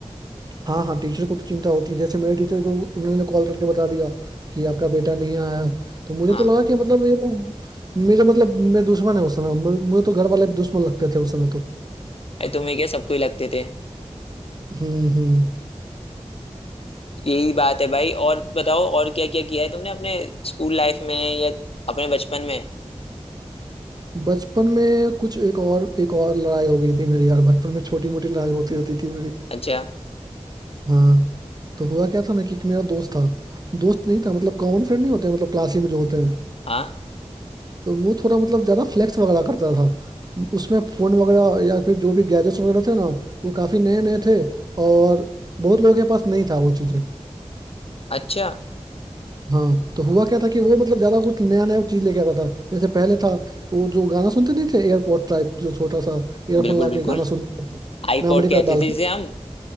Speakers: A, on the right; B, on the left.
A: हाँ हाँ टीचर को तो चिंता होती है जैसे मेरे टीचर को उन्होंने कॉल करके बता दिया कि आपका बेटा नहीं आया है तो मुझे
B: हाँ
A: तो लगा कि मतलब ये लोग मेरे मतलब मेरे दुश्मन है उस समय मु- मुझे तो घर वाले भी दुश्मन लगते थे उस समय तो
B: अरे तुम्हें क्या सबको ही लगते थे
A: हम्म हम्म
B: यही बात है भाई और बताओ और क्या क्या किया है तुमने अपने स्कूल लाइफ में या अपने बचपन में
A: बचपन में कुछ एक और एक और लड़ाई हो गई थी मेरी यार बचपन में छोटी मोटी लड़ाई होती रहती थी मेरी
B: अच्छा
A: हाँ तो हुआ क्या था ना कि एक मेरा दोस्त था दोस्त नहीं था मतलब कॉमन फ्रेंड नहीं होते मतलब क्लास ही में जो होते हैं
B: हाँ
A: तो वो थोड़ा मतलब ज्यादा फ्लेक्स वगैरह करता था उसमें फोन वगैरह या फिर जो भी गैजेट्स वगैरह थे ना वो काफी नए नए थे और बहुत लोगों के पास नहीं था वो चीजें
B: अच्छा
A: हाँ तो हुआ क्या था कि वो मतलब ज्यादा कुछ नया नया चीज लेके आता था जैसे पहले था वो जो गाना सुनते नहीं थे एयरपोर्ट टाइप जो छोटा सा ईयरफोन
B: बिल्कुल
A: ला
B: बिल्कुल
A: के गाना सुनते थे
B: आईपॉड
A: मेमोरी
B: कहते
A: कार्ड डाल
B: थे जिसे
A: के
B: हम